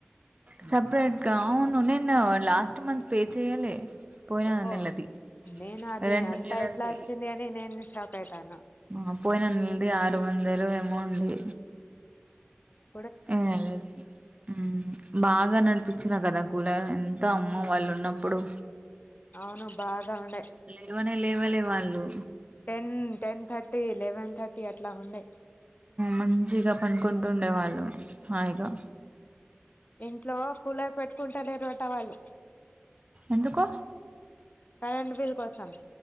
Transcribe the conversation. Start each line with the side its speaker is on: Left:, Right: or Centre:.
Right: సెపరేట్గా అవును నేను లాస్ట్ మంత్ పే చేయలె పోయినా
Left: ఓహో
Right: నెలది
Left: నేను అది
Right: రెండు
Left: అంత
Right: నెలలది
Left: ఎట్లా వచ్చింది అని నేను షాక్ అయితాన్న
Right: ఆ పోయిన నెలది ఆరు వందలు ఏమో ఉంది
Left: అదే
Right: ఎం లేదు మ్ బాగా నడిపి చ్చిన కదా కూలర్ ఎంత అమ్మ వాళ్ళు ఉన్నప్పుడు
Left: అవును బాగా ఉండే
Right: లెవనే లెవలే వాళ్ళు
Left: ten ten thirty eleven thirty అట్లా ఉండే
Right: మంచిగా పనుకుంటూ ఉండేవాళ్ళు హాయిగా
Left: ఇంట్లో కూలర్ పెట్టుకుంట లేరుఅట వాళ్ళు
Right: ఎందుకు
Left: కరెంటు బిల్ కోసం